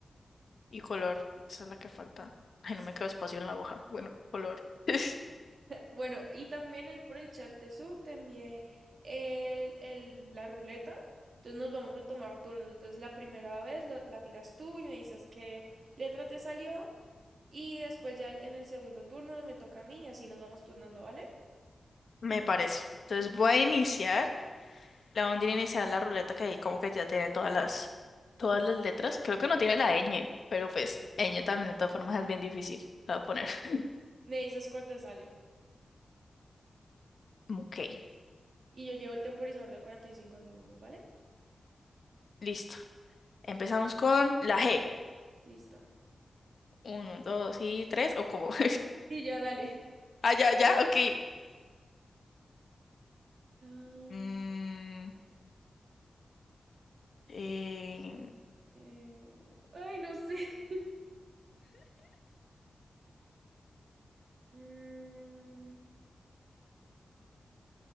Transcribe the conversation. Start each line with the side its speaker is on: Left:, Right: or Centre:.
Left: Y color, esa es la que falta. Ay,
Right: Sí.
Left: no me quedó espacio en la hoja. Bueno, color. <laughs>
Right: Bueno, y también ahí por el chat de Zoom te envié el- el- la ruleta. Entonces nos vamos a tomar turnos. Entonces la primera vez lo- la tiras tú y me dices qué letra te salió. Y después ya en el segundo turno me toca a mí y así nos vamos turnando, ¿vale?
Left: Me parece. Entonces voy a iniciar. La ondina inicial la ruleta que ahí como que ya tiene todas las, todas las letras. Creo que no tiene la ñ, pero pues ñ también de todas formas es bien difícil. La voy a poner. <laughs>
Right: Me dices cuál te sale.
Left: Ok,
Right: Y yo llevo el temporizador de 45 segundos, ¿vale?
Left: listo. Empezamos con la G.
Right: Listo.
Left: Uno, dos y tres, o como. <laughs>
Right: Y ya, dale.
Left: Ah, ya, ya, ok.
Right: Ah,
Left: Mm, eh,
Right: Eh, ay, no sé. <laughs> Mm,